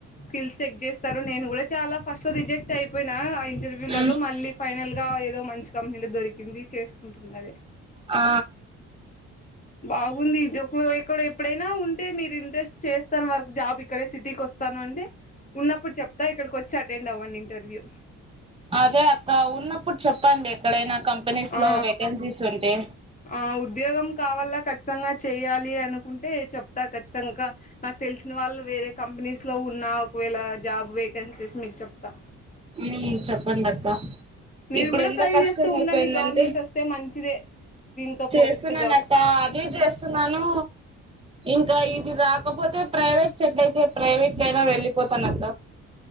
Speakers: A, on the left (about 25°); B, on the right (about 20°).
A: స్కిల్స్ చెక్ చేస్తారు నేను కూడా చాలా ఫస్ట్ లో రిజెక్ట్ అయిపోయినా ఇన్ ఇంటర్వ్యూలల్లో
B: మ్
A: మళ్ళీ ఫైనల్ గా ఏదో మంచి కంపెనీలో దొరికింది చేసుకుంటున్న అదే
B: ఆ
A: బాగుంది ఇది ఒకో ఎక్కడ ఎప్పుడైనా ఉంటే మీరు ఇంట్రెస్ట్ చేస్తాను వర్క్ జాబ్ ఇక్కడ సిటీకి కోస్తాను అంటే ఉన్నప్పుడు చెప్తా ఇక్కడికి వచ్చి అటెండ్ అవ్వండి ఇంటర్వ్యూ
B: అదే అక్క ఉన్నప్పుడు చెప్పండి ఎక్కడైనా కంపెనీస్
A: ఆ!
B: లో వేకెన్సీస్ ఉంటే
A: ఆ ఉద్యోగం కావాలా ఖచ్చితంగా చెయాలి అనుకుంటే చెప్తా ఖచ్చితంగా నాకు తెలిసిన వాళ్ళు వేరే కంపెనీస్ లో ఉన్నా ఒకవేళ జాబ్ వేకెన్సీస్ మీకు చెప్తా
B: ఉ చెప్పండి అక్క
A: మీరు
B: ఇప్పుడు
A: కూడా
B: ఎంత
A: ట్రై
B: కష్టం
A: చేస్తూ
B: అయిపోయిందంటే
A: ఉండండి గవర్నమెంట్ వస్తే మంచిదే దీంతో
B: చేస్తున్నాను
A: పోలిస్తే గ
B: అక్క అది చేస్తున్నాను ఇంక ఇది రాకపోతే ప్రైవేట్ సెట్ అయితే ప్రైవేట్ కైనా వెళ్ళిపోతాన అక్క